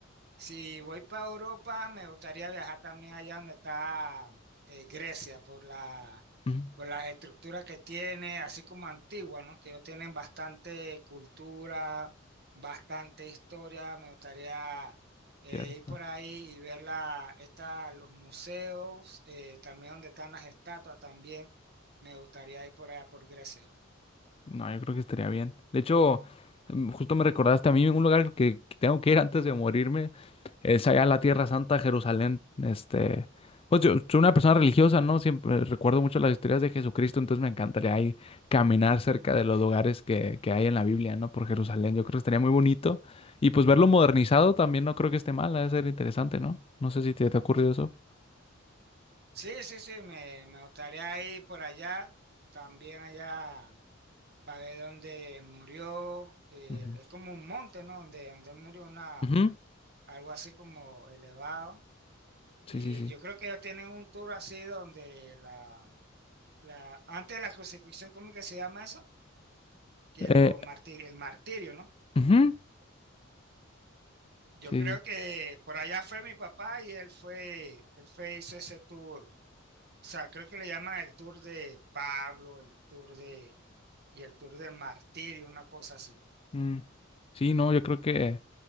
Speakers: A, on the right; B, on the left.
A: Si voy para Europa, me gustaría viajar también allá donde está eh, Grecia, por la,
B: Mm,
A: por las estructuras que tiene, así como antigua, ¿no? Que ellos tienen bastante cultura, bastante historia. Me gustaría eh,
B: Cierto.
A: ir por ahí y ver la, esta- los museos, eh, también donde están las estatuas también. Me gustaría ir por allá, por Grecia.
B: No, yo creo que estaría bien. De hecho, mm, justo me recordaste a mí un lugar que, que tengo que ir antes de morirme. Es allá en la Tierra Santa, Jerusalén. Este, pues yo soy una persona religiosa, ¿no? Siempre recuerdo mucho las historias de Jesucristo, entonces me encantaría ahí caminar cerca de los lugares que, que hay en la Biblia, ¿no? Por Jerusalén. Yo creo que estaría muy bonito. Y pues verlo modernizado también no creo que esté mal, ha de ser interesante, ¿no? No sé si te, te ha ocurrido eso.
A: Sí, sí, sí, me, me gustaría ir por allá, también allá. para ver dónde murió. eh,
B: Ujú.
A: es como un monte, ¿no? Donde, donde murió una,
B: Ujú.
A: algo así como elevado.
B: Sí,
A: Y
B: sí, sí.
A: yo creo que ellos tienen un tour así donde la, la, antes de la crucifixión, ¿cómo que se llama eso? Que
B: Eh,
A: lo martir, el martirio, ¿no?
B: ujú.
A: Yo
B: Sí,
A: creo
B: sí.
A: que por allá fue mi papá y él fue, él fue, hizo ese tour. O sea, creo que le llaman el tour de Pablo, el tour de, y el tour del martirio, una cosa así.
B: sí. Mm. Sí, no, yo creo que